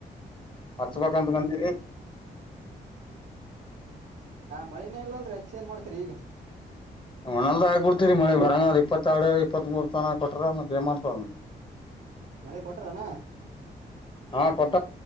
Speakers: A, on the left; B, on the right.
A: ಹತ್ತುಪಕ್ಕಂತ
B: ಹಾ
A: ಬಂದಿರಿ
B: ಮಳನೇ ಇಲ್ಲಲ್ರರಿ ಹೆಚ್ಚ ಏನ್ ಮಾಡ್ತರಿ ಈಗ
A: <inaudible> ಒ್ಣಲ್ ಆಗ್ಬ ಬಿಡ್ತೀರಿ ಮಳಿ ಬರಂಗದ್ ಇಪ್ಪತ್ತ ಆರಡು ಇಪ್ಪತ್ ಮೂರ್ ತನ ಕೊಟ್ರ ಮಧ್ಯೇಮ ಅಂತ
B: ಮಳೆ ಕೊಟ್ರನಾ
A: ಹಾ <inaudible>